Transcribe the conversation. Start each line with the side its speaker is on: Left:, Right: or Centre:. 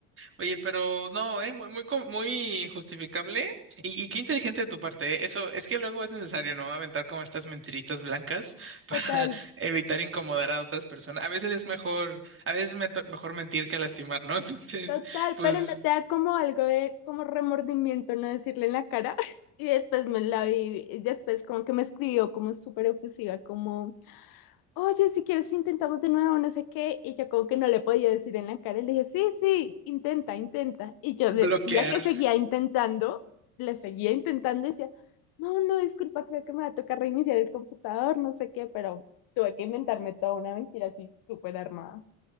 Right: Oye, pero no, ¿eh? Muy, muy, co- muy justificable. Y, y qué inteligente de tu parte, ¿eh? Eso es que luego es necesario, ¿no? Aventar como estas mentiritas blancas para
Left: Total,
Right: <laughs> evitar incomodar a otras personas. A veces es mejor, a veces es mento- mejor mentir que lastimar, ¿no? <laughs> Entonces,
Left: Total,
Right: pues
Left: pero no te da como algo de como remordimiento no decirle en la cara. <laughs> Y después me la vi, y después como que me escribió como súper efusiva, como, oye, si quieres intentamos de nuevo, no sé qué. Y yo como que no le podía decir en la cara. Y le dije, sí, sí, intenta, intenta. Y yo
Right: bloquear.
Left: decía que seguía intentando, le seguía intentando, y decía, no, no, disculpa, creo que me va a tocar reiniciar el computador, no sé qué, pero tuve que inventarme toda una mentira así súper armada.